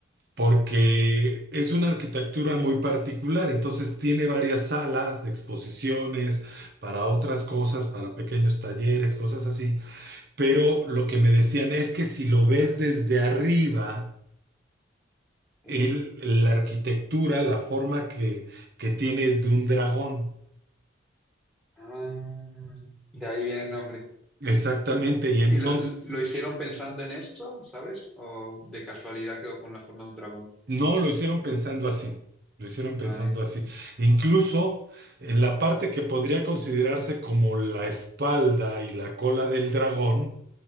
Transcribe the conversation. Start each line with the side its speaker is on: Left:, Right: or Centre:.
Right: porque es una arquitectura muy particular, entonces tiene varias salas de exposiciones para otras cosas, para pequeños talleres, cosas así pero lo que me decían es que si lo ves desde arriba,
Centre: Eh,
Right: el- la arquitectura, la forma que, que tiene es de un dragón.
Centre: Ah, de ahí viene el nombre.
Right: Exactamente, y entonces
Centre: ¿Y lo, lo hicieron pensando en eso, sabes? ¿O de casualidad quedó con la forma de un dragón?
Right: no lo hicieron pensando así, lo hicieron
Centre: Vale.
Right: pensando así. Incluso en la parte que podría considerarse como la espalda y la cola del dragón,